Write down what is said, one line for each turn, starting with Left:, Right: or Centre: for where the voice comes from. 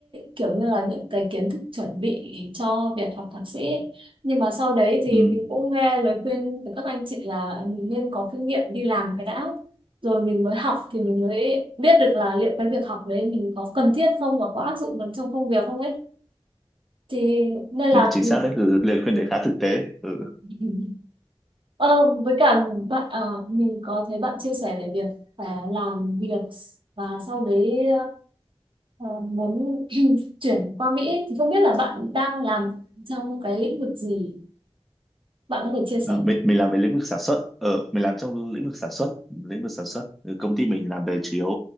Right: kiểu như là những cái kiến thức chuẩn bị cho việc học thạc sĩ. Nhưng mà sau đấy thì
Centre: ừ,
Right: mình cũng nghe lời khuyên từ các anh chị là mình nên có kinh nghiệm đi làm cái đã. Rồi mình mới học thì mình mới biết được là liệu cái việc học đấy mình có cần thiết không và có áp dụng được trong công việc không ấy. Thì nên là
Centre: chính
Right: mình
Centre: xác đấy ừ, lời khuyên đấy khá thực tế ừ.
Right: <laughs> Ờ, với cả bạn ờ, mình có thấy bạn chia sẻ về việc phải làm việc và sau đấy ờ, muốn <clears throat> chuyển qua Mỹ ấy, thì không biết là bạn đang làm trong cái lĩnh vực gì bạn có thể chia sẻ
Centre: Ừ, mình,
Right: không?
Centre: mình làm về lĩnh vực sản xuất ừ, mình làm trong lĩnh vực sản xuất lĩnh vực sản xuất ừ, công ty mình làm về chủ yếu